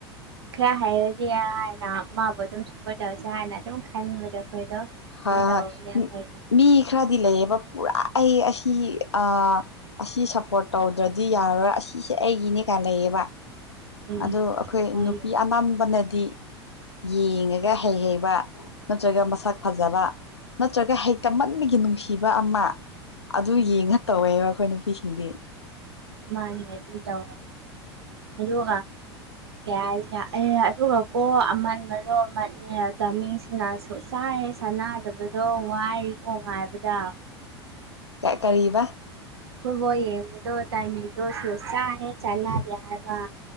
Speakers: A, on the right (about 70°); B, on the left (about 80°).
A: ꯈꯔ ꯍꯥꯏꯔꯗꯤ ꯍꯥꯏꯥꯟꯅ ꯃꯥꯕꯨ ꯑꯗꯨꯝ ꯁꯄꯣꯔꯠ ꯇꯧꯔꯁꯦ ꯍꯥꯏꯅ ꯑꯗꯨꯝ ꯈꯟꯕꯗꯣ ꯑꯩꯈꯣꯏꯗꯣ
B: ꯍꯣꯏ
A: ꯑꯗꯨꯝ ꯇꯧꯕꯅꯦ
B: ꯍꯣꯏ
A: ꯑꯩꯈꯣꯏꯗꯤ
B: ꯃꯤ ꯈꯔꯗꯤ ꯂꯩꯌꯦꯕ ꯄꯨꯔꯥ ꯑꯩ ꯑꯁꯤ ꯑ ꯑꯁꯤ ꯁꯞꯄꯣꯔꯠ ꯇꯧꯗ꯭ꯔꯗꯤ ꯌꯥꯔꯔꯣꯏ ꯑꯁꯤꯁꯦ ꯑꯩꯒꯤꯅꯦ ꯀꯥꯏꯅ ꯂꯩꯌꯦꯕ
A: ꯎꯝ
B: ꯑꯗ ꯑꯩꯈꯣꯏ
A: ꯃꯥꯅꯦ
B: ꯅꯨꯄꯤ ꯑꯅꯥꯕꯅꯗꯤ ꯌꯦꯡꯉꯒ ꯍꯩ ꯍꯩꯕ ꯅꯠꯇ꯭ꯔꯒ ꯃꯁꯛ ꯐꯖꯕ ꯅꯠꯇ꯭ꯔꯒ ꯍꯩꯛꯇꯃꯟꯕꯒꯤ ꯅꯨꯡꯁꯤꯕ ꯑꯃ ꯑꯗꯨ
A: ꯎꯝ
B: ꯌꯦꯡꯉ ꯇꯧꯋꯦꯕ ꯑꯩꯈꯣꯏ ꯅꯨꯄꯤꯁꯤꯡꯗꯤ
A: ꯃꯥꯅꯦ ꯑꯗꯨ ꯇꯦ ꯑꯗꯨꯒ ꯀ ꯍꯥꯏꯁꯦ ꯑꯦ ꯑꯗꯨꯒ ꯀꯣ ꯑꯃꯟꯒꯅꯨ ꯑꯃꯅꯦ ꯇꯃꯤꯡꯁꯦ ꯆꯥꯏꯦ ꯁꯥꯟꯅꯗꯕꯗꯣ ꯋꯥꯏꯀꯣ ꯍꯥꯏꯕꯗ
B: ꯀꯔꯤꯕ
A: ꯐꯕꯣ ꯌꯦꯗꯣ ꯇꯅꯤꯗꯣ ꯁꯣ ꯆ ꯍꯥꯏ ꯆꯂ ꯍꯥꯏꯕ